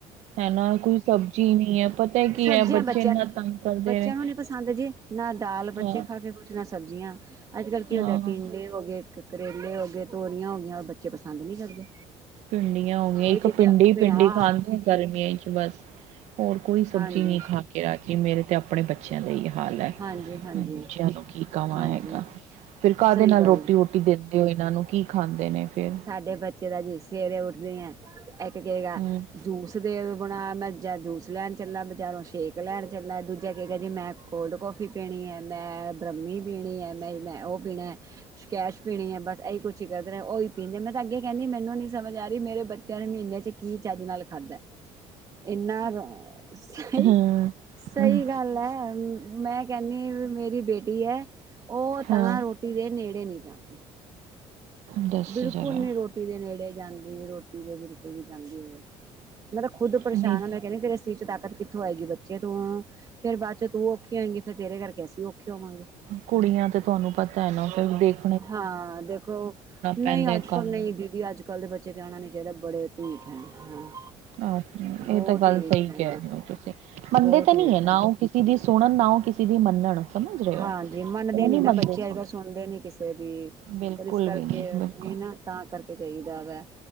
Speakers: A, on the right; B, on the right.
A: ਹੈ ਨਾ ਕੋਈ ਸਬਜ਼ੀ ਨਹੀਂ ਹੈ ਪਤਾ ਕੀ
B: ਸਬਜ਼ੀਆਂ
A: ਹੈ ਬੱਚੇ
B: ਬੱਚਿਆਂ
A: ਇੰਨਾ
B: ਨੂੰ
A: ਤੰਗ ਕਰਦੇ
B: ਬੱਚਿਆਂ
A: ਨੇ
B: ਨੂੰ ਨੀ ਪਸੰਦ ਜੇ ਨਾ ਦਾਲ ਬੱਚੇ
A: ਹਾਂ
B: ਖਾ ਕੇ ਕੁਛ ਨਾ ਸਬਜ਼ੀਆਂ ਅੱਜ ਕੱਲ ਕੀ
A: ਹਾਂ
B: ਹੁੰਦੇ ਆ ਟਿੰਂਡੇ ਹੋ ਗਏ ਕਰੇਲੇ ਹੋ ਗਏ ਤੋਰੀਆਂ ਹੋ ਗੀਆਂ ਉਹ ਬੱਚੇ ਪਸੰ ਨਹੀਂੀ ਕਰਦੇ
A: ਪਿੰਡੀਆਂ ਹੋ ਗਈਆਂ ਇੱਕ
B: ਇਹ ਚੀਜ਼ਾਂ
A: ਪਿੰਡੀ
B: ਫਿਰ ਹਾਂ ਹਾਂ
A: ਖਾਂਦੇ ਗਰਮੀਆਂ ਚ ਬਸ ਹੋਰ ਕੋਈ ਸਬਜ਼ੀ
B: ਹਾਂਜੀ
A: ਨਹੀਂੀ ਖਾ ਕੇ ਰਾਜੀ ਮੇਰੇ ਤੇ ਆਪਣੇ ਬੱਚੇ ਬੱਚਿਆਂ ਦਾ ਹੀ ਹਾਲ ਹੈ
B: ਹਾਂਜੀ ਹਾਂਜੀ
A: ਮੈਂ ਬੂੱਚਿਆਂ ਨੂੰ ਕੀ ਕਵਾਂ
B: ਹਾਂਜੀ
A: ਹੈਗਾ ਫਿਰ ਘਾਹ
B: ਸਹੀ
A: ਦੇ ਨਾਲ
B: ਗੱਲ
A: ਰੋਟੀ
B: ਹੈ
A: ਰੋਟੀ ਰ ਦਿੰਦੇ ਹੋ ਇਹਨਾਂ ਨੂੰ ਕੀ ਖਾਂਦੇ ਨੇ ਫੇਿਰ
B: ਸਾਡੇ ਬੱਚੇ ਦਾ ਜੀ ਸਵੇਰੇ ਉੱਠਦੇ ਆ ਇੱਕ ਕਏਗਾ
A: ਹਮ
B: ਜੂਸ ਦੇ ਬਣਾ ਮੈਂਜ਼ਾਂ ਜੂਸ ਲੈਣ ਚੱਲਾਂ ਬਜ਼ਾਰੋਂ ਸ਼ੇਕ ਲੈਣ ਚੱਲਾਂ ਦੂਜਾ ਕੀ ਕਿਹਾ ਜੀ ਮੈਂ ਕੋਲਡ ਕੌਫੀ ਪੀਣੀ ਹੈ ਮੈਂ ਬ੍ਰਮੀ ਪੀਣੀ ਹੈ ਮੈਂ ਮੈਂ ਉਹ ਪੀਣਾ ਹੈ ਕੈਸ਼ ਪੀਣੀ ਹੈ ਬਸ ਇਹੀ ਕੁਛ ਹੀ ਕਰਦਾ ਰਿਹਾ ਉਹੀ ਪੀਂਦੇ ਮੈਂ ਤਾਂ ਅੱਗੇ ਕਹਿੰਦੀ ਮੈਨੂੰ ਨੀ ਸਮਝ ਆ ਰਹੀ ਮੇਰੇ ਬੱਚਿਆਂ ਨੂੰ ਮਹੀਨਿਆਂ ਚ ਕੀ ਚੱਜ ਨਾਲ ਖਾਧਾ ਇੰਨਾ ਰ ਸਹੀ,
A: ਹਮ
B: ਸਹੀ ਗੱਲ ਹੈ ਮੈਂ ਕਹਿੰਦੀ ਵੀ ਮੇਰੀ ਬੇਟੀ ਹੈ ਉਹ ਤਾਂ
A: ਹਾਂ ਹਾਂ
B: ਰੋਟੀ ਦੇ ਨੇੜੇ ਨਹੀਂੀ ਜਾਂਦੀ
A: ਦੱਸ
B: ਬਿਲਕੁਲ
A: ਜਰਾ
B: ਨੀ ਰੋਟੀ ਦੇ ਨੇੜੇ ਜਾਂਦੀ ਰੋਟੀ ਦੇ ਬਿਲਕੁਲ ਵੀ ਜਾਂਦੀ ਹੋਵੇ ਮੈਂ ਤਾਂ ਖੁਦ ਪਰੇਸ਼ਾਨਾਂ
A: ਨਹੀਂ
B: ਮੈਂ ਕਹਿੰਦੀ ਤੇਰੇ ਚ, ਤਾਕਤ ਕਿੱਥੋਂ ਆਏਗੀ ਬੱਚੇ ਤੂੰ, ਫੇਰ ਬਾਅਦ ਚੋਂ ਤੂੰ ਔਖੇ ਆਏਂਗੀ ਫੇਰ ਤੇਰੇ ਕਰਕੇ ਅਸੀਂ ਔਖੇ ਹੋਵਾਂਗੇ
A: ਕੁੜੀਆਂ ਤੇ ਤੁਹਾਨੂੰ ਪਤਾ ਹੈ ਨਾ ਫਿਰ ਦੇਖ
B: ਹਾਂ ਦੇਖੋ ਨਹੀਂ
A: ਪੈਂਦਾ
B: ਅੱਜ
A: ਗੱਲ
B: ਪਰ ਨਹੀਂ।
A: ਨੂੰ
B: ਦੀਦੀ ਅੱਜ-ਕੱਲ੍ਹ ਦੇ ਬੱਚੇ ਕਹਿਣਾ ਨੀ ਚਾਹੀਦਾ ਬੜੇ ਢੀਠ ਹੈ ਹਾਂ
A: ਅਹ
B: ਬਹੁਤ
A: ਇਹ ਤਾਂ ਗੱਲ
B: ਢੀਠ
A: ਸਹੀ
B: ਹੈ
A: ਕਹਿ ਰਹੇ ਹੋ। ਤੁਸੀਂ
B: ਬਹੁਤ
A: ਮੰਨਦੇ ਤਾਂ
B: ਢੀਠ
A: ਨਹੀ ਹੈ! ਨਾ ਉਹ ਕਿਸ ਕਿਸੇ ਦੀ ਸੁਣਨ ਨਾ ਉਹ ਕਿਸੇ ਦੀ ਮੰਨਣ ਸਮਝ ਰਹੇ ਹੋ
B: ਹਾਂਜੀੀ ਮੰਨਦੇ
A: ਉਹ
B: ਨੀ
A: ਨਹੀਂ
B: ਨਾ ਬੱਚੇ ਅੱਜ-ਕੱਲ੍ਹ
A: ਸੁਣੇ
B: ਸੁਣਦੇ ਨੀ ਕਿਸੇ ਦੀ
A: ਬਿਲਕੁਲ
B: ਪਰ ਇਸ ਕਰਕੇ
A: ਵੀ ਨਹੀਂ ਬਿਲਕੁਲ
B: ਇਹ ਨਾ ਤਾਂ ਕਰਕੇ ਚਾਹੀਦਾ ਵੈ,